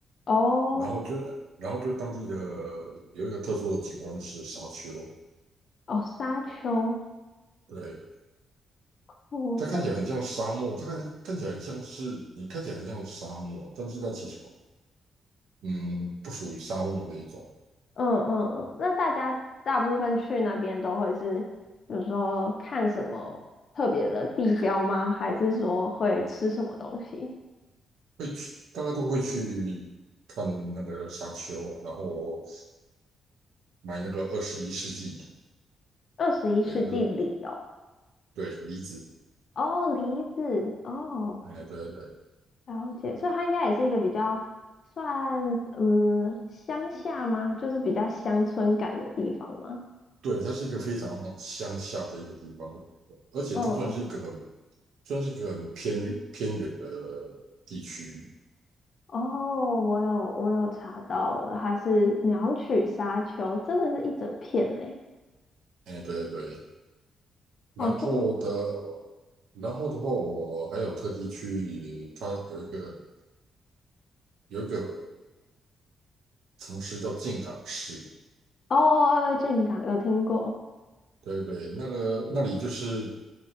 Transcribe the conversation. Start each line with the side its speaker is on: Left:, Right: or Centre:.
Left: 哦
Right: 然后就然后就当地的有一个特殊的景观是沙丘，
Left: 哦，沙丘，
Right: 对，
Left: 哦，
Right: 它看起来很像沙漠，
Left: 所以。
Right: 它看看起来很像是你看起来很像沙漠，但是它其实嗯不属于沙漠的一种，
Left: 嗯嗯嗯，那大家大部分去那边都会是，比如说看什么特别的地标吗？还是说会吃什么东西？
Right: 会去大家都会去看那个沙丘，然后买那个二十一世纪梨
Left: 二十一世纪里哦，
Right: 对，就是对梨子，
Left: 哦，梨子，哦，
Right: 哎，对对对，
Left: 了解，所以它应该也是一个比较算嗯乡下吗？就是比较乡村感的地方吗？
Right: 对，它是一个非常乡下的一个地方，而且它算是一个很
Left: 嗯，
Right: 算是一个很偏偏远的地区。
Left: 哦，我有我有查到了，它是鸟取沙丘，真的是一整片诶，
Right: 哎，对对然后的，
Left: 好酷
Right: 然后的话，我还有特地去，它有一个有一个城市叫静冈市，
Left: 哦，靖港有听过。
Right: 对对，那个那里就是